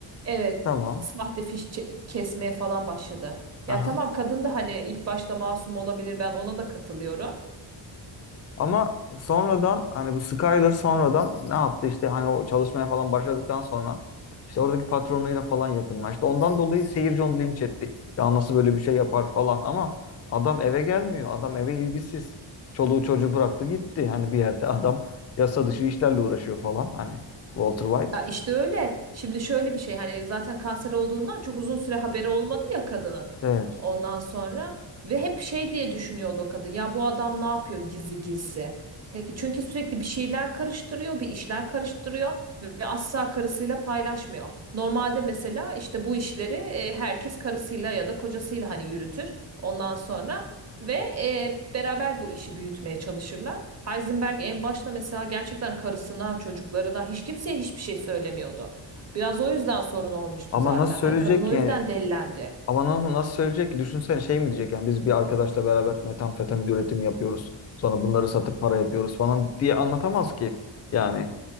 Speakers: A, on the right; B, on the left.
A: Evet,
B: Tamam.
A: sahte fiş çe- kesmeye falan başladı.
B: Aha.
A: Ya tamam kadın da hani ilk başta masum olabilir ben ona da katılıyorum.
B: Ama sonradan hani bu Skyler sonradan ne yaptı işte hani o çalışmaya falan başladıktan sonra işte oradaki patronuyla falan yakınlaştı. Ondan dolayı seyirci onu linç etti. Ya nasıl böyle bir şey yapar falan ama adam eve gelmiyor. Adam eve ilgisiz. Çoluğu çocuğu bıraktı gitti. Yani bir yerde <laughs> adam yasa dışı işlerle uğraşıyor falan. Hani Walter White.
A: Ya işte öyle. Şimdi şöyle bir şey hani zaten kanser olduğundan çok uzun süre haberi olmadı ya kadının.
B: Evet.
A: Ondan sonra ve hep şey diye düşünüyordu o kadın. Ya bu adam ne yapıyor gizli gizli? He, çünkü sürekli bir şeyler karıştırıyor, bir işler karıştırıyor ve asla karısıyla paylaşmıyor. Normalde mesela işte bu işleri e, herkes karısıyla ya da kocasıyla hani yürütür. Ondan sonra ve e, beraber bu işi büyütmeye çalışırlar. Heisenberg en başta mesela gerçekten karısına, çocuklarına, hiç kimseye hiçbir şey söylemiyordu. Biraz o yüzden sorun olmuştu
B: Ama
A: zaten.
B: nasıl söyleyecek
A: Hani kadın o
B: ki?
A: yüzden
B: Yani
A: delilendi.
B: Ama na- nasıl söyleyecek ki? Düşünsene şey mi diyecek yani biz bir arkadaşla beraber metamfetamin üretimi yapıyoruz. Sonra bunları satıp para yapıyoruz falan diye anlatamaz ki. Yani